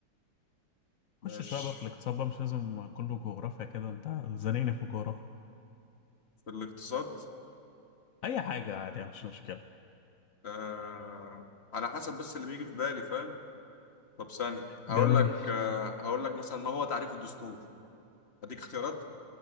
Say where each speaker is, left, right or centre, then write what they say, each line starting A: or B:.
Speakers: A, on the left; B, on the left.
A: ماشي
B: خش شويه بقى في الاقتصاد بقى مش لازم كله جغرافيا كده انت زنقني في الجغرافيا
A: في الاقتصاد
B: اي حاجه عادي مش مشكله
A: آه، على حسب بس اللي بيجي في بالي فاهم طب ثانية هقول
B: جميل
A: لك آه، هقول لك مثلا ما هو تعريف الدستور هديك اختيارات